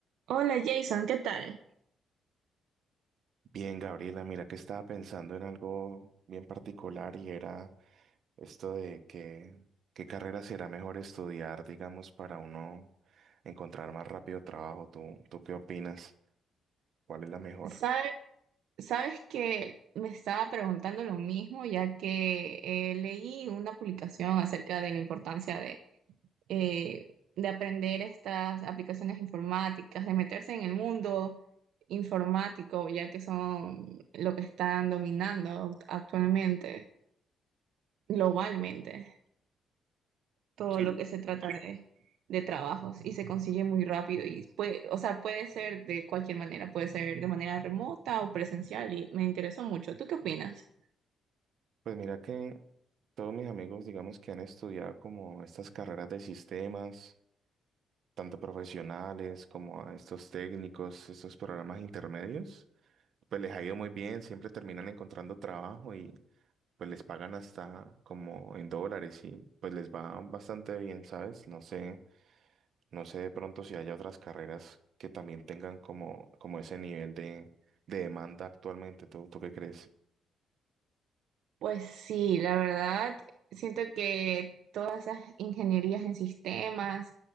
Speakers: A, on the right (about 75°); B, on the right (about 60°).
A: Hola Jason, ¿qué tal?
B: Bien, Gabriela, mira que estaba pensando en algo bien particular y era esto de que qué carrera será mejor estudiar, digamos, para uno encontrar más rápido trabajo. ¿Tú, tú qué opinas? ¿Cuál es la mejor?
A: Sabe- sabes que me estaba preguntando lo mismo, ya que eh, leí una publicación acerca de la importancia de, eh, de aprender estas aplicaciones informáticas, de meterse en el mundo informático, ya que son lo que están dominando actualmente, globalmente. todo
B: Sí,
A: lo que se trata de, de trabajos y se consigue muy rápido y puede, o sea, puede ser de cualquier manera, puede ser de manera remota o presencial y me interesó mucho. ¿Tú qué opinas?
B: Pues mira que todos mis amigos, digamos, que han estudiado como estas carreras de sistemas, tanto profesionales como a estos técnicos, estos programas intermedios, pues les ha ido muy bien, siempre terminan encontrando trabajo y pues les pagan hasta como en dólares y pues les va bastante bien, ¿sabes? No sé, no sé de pronto si haya otras carreras que también tengan como, como ese nivel de, de demanda actualmente. ¿Tú, tú qué crees?
A: Pues sí, la verdad, siento que todas esas ingenierías en sistemas